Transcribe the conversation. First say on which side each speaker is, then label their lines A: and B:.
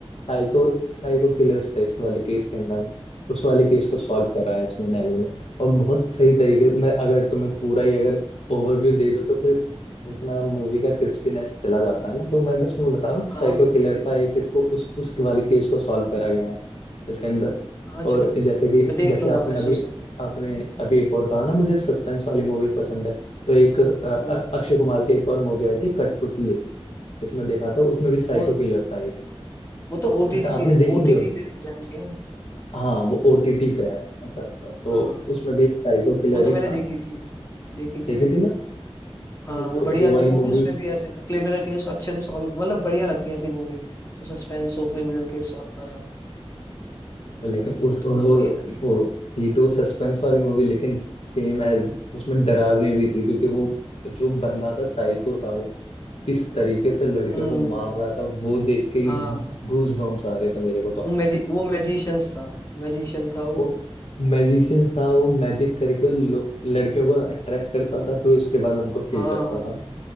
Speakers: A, on the left; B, on the left.
A: साइको साइको किलर्स था इस वाले केस के अंदर में। उस वाले केस को सॉल्व करा है इसमें नैली ने और बहुत सही तरीके मैं अगर तुम्हें पूरा ही अगर ओवरव्यू दे दो तो फिर उतना मूवी का क्रिस्पीनेस चला जाता है ना तो मैं बस तुम्हें बता रहा हूँ
B: हाँ
A: साइको
B: वो
A: किलर
B: भी है
A: था एक इसको उस उस वाले केस को सॉल्व करा गया है इसके अंदर
B: हाँ
A: और
B: चलो
A: जैसे कि
B: मैं देख
A: जैसे
B: लूंगा
A: आपने
B: वैसे
A: अभी
B: उसे
A: आपने अभी एक और कहा ना मुझे सस्पेंस वाली मूवी पसंद है तो एक अ, अ-
B: हम्म
A: अक्षय कुमार की एक और मूवी आई थी कठपुतली जिसमें देखा था उसमें भी साइको
B: वो
A: किलर था एक
B: वो तो ओटीटी
A: मतलब आपने
B: सी
A: देखी
B: ओटीटी
A: नहीं हो
B: पे प्रेजेंट थी ना
A: हाँ वो ओटीटी पे है मतलब तो
B: हाँ
A: उसमें भी एक साइको किलर
B: वो तो
A: ही
B: मैंने
A: था
B: देखी थी देखी थी
A: देखी
B: मैंने
A: थी ना
B: हाँ
A: हम्म,
B: वो
A: तो
B: बढ़िया
A: वो वाली
B: थी मूवी
A: मूवी
B: उसमें भी ऐसे था क्रिमिनल केस अच्छे से सॉल्व मतलब बढ़िया लगती है ऐसी मूवी तो सस्पेंस हो क्रिमिनल केस सॉल्व कर रहा हूँ
A: लेकिन उस वो
B: थोड़ा बढ़िया लगता
A: वो थी तो सस्पेंस वाली मूवी लेकिन सेम एज उसमें डरावनी भी थी क्योंकि वो जो बंदा था साइको था वो किस तरीके से लड़कियों
B: है हम्म
A: को मार रहा था वो देख के ही
B: हाँ
A: गूज बम्स आ रहे थे मेरे को तो
B: वो मैजी वो मैजिशियंस था मैजिशियन था वो
A: वो मैजिशियंस था वो मैजिक करके लो- लड़कियों को अट्रैक्ट करता था फिर उसके बाद उनको किल
B: हाँ
A: करता
B: हाँ,
A: था